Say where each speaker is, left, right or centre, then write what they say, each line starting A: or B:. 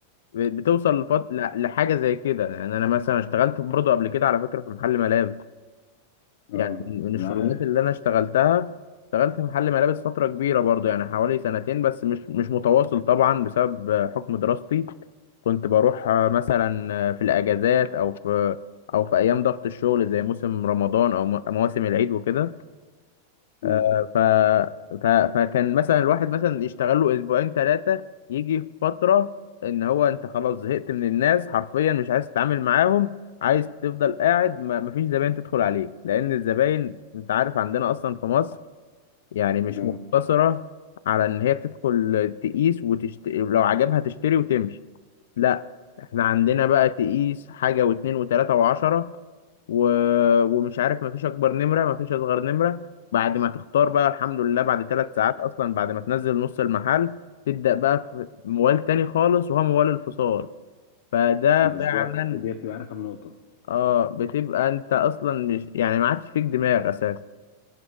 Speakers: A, on the left (about 80°); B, on the left (about 65°).
A: بتوصل لفت... ل- لحاجة زي كده يعني انا مثلا اشتغلت برضو قبل كده على فكرة في محل ملابس
B: اه
A: يعني من الشغلانات
B: انا عارف
A: اللي انا اشتغلتها اشتغلت في محل ملابس فتره كبيره برضو يعني حوالي سنتين بس مش مش متواصل طبعا بسبب آه، حكم دراستي كنت بروح آه، مثلا آه، في الاجازات او في او في ايام ضغط الشغل زي موسم رمضان او م- مواسم العيد وكده
B: امم
A: آه، ف... ف... فكان مثلا الواحد مثلا يشتغل له اسبوعين ثلاثه يجي في فتره ان هو انت خلاص زهقت من الناس حرفيا مش عايز تتعامل معاهم عايز تفضل قاعد ما مفيش زباين تدخل عليك لان الزباين انت عارف عندنا اصلا في مصر يعني مش
B: اه
A: مقتصره على ان هي بتدخل تقيس وتشت... لو عجبها تشتري وتمشي لا احنا عندنا بقى تقيس حاجة واتنين وتلاتة وعشرة و... ومش عارف مفيش اكبر نمره مفيش اصغر نمره بعد ما تختار بقى الحمد لله بعد ثلاث ساعات اصلا بعد ما تنزل نص المحل تبدا بقى في موال تاني خالص وهو موال الفصال فده
B: بالظبط
A: فعلا
B: دي بتبقى عارف النقطه
A: اه بتبقى انت اصلا مش يعني ما عادش فيك دماغ اساسا